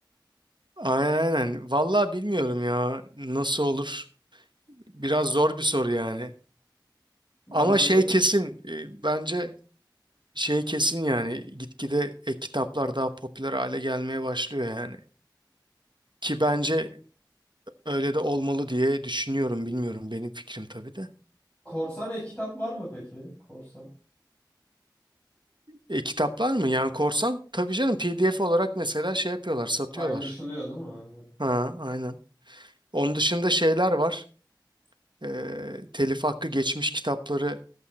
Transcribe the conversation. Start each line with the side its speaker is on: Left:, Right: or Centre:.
Right: aynen aynen. Valla bilmiyorum ya nasıl olur. Biraz zor bir soru yani.
Left: Zaman
Right: Ama şey
Left: gö
Right: kesin e, bence şey kesin yani gitgide e, kitaplar daha popüler hale gelmeye başlıyor yani. Ki bence öyle de olmalı diye düşünüyorum bilmiyorum benim fikrim tabii de.
Left: Korsan e-kitap var mı peki? Korsan.
Right: E, kitaplar mı yani korsan? Tabii canım PDF olarak mesela şey yapıyorlar satıyorlar.
Left: Paylaşılıyor değil mi? Aynen.
Right: Ha aynen. Onun dışında şeyler var. E, telif hakkı geçmiş kitapları